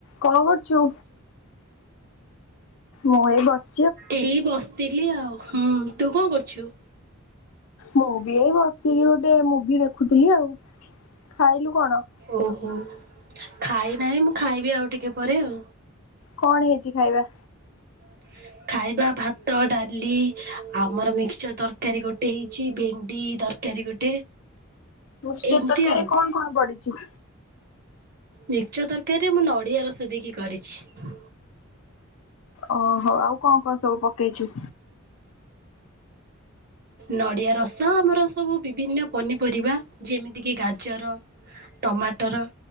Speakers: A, on the left (about 70°); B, on the right (about 45°).
A: କଣ କରୁଛୁ ମୁଁ ଏ ବସି।
B: ଏଇ ବସିଥିଲି ଆଉ ହୁଁ ତୁ କଣ କରୁଛୁ।
A: ମୁଁ ବି ଏଇ ବସିକି ଗୋଟେ ମୁଭି ଦେଖୁଥିଲି ଆଉ ଖାଇଲୁ କଣ।
B: ଓହୋ ଖାଇ ନାହିଁ ମୁଁ ଖାଇବି ଆଉ ଟିକେ ପରେ ଆଉ।
A: କଣ ହେଇଛି ଖାଇବା?
B: ହ <inaudible> ଖାଇବା ଭାତ, ଡାଲି ଆମର ମିକ୍ସଚର୍ ତରକାରୀ, ଗୋଟେ ହେଇଛି ଭେଣ୍ଡି ତରକାରୀ। ତରକାରି ଗୋଟେ।
A: ମିକ୍ସଚର
B: ଏମିତି
A: ତରକାରୀରେ
B: ଆଉ।
A: କଣ କଣ ପଡିଛି?
B: ମିକ୍ସଚର ତରକାରୀରେ ମୁଁ ନଡ଼ିଆ ରସ ଦେଇକି କରିଛି।
A: ଓହୋ ଆଉ କଣ କଣ ସବୁ ପକେଇଛୁ?
B: ନଡ଼ିଆ ରସ ଆମର ସବୁ ବିଭିନ୍ନ ପନିପରିବା ଯେମିତିକି ଗାଜର। ଟମାଟର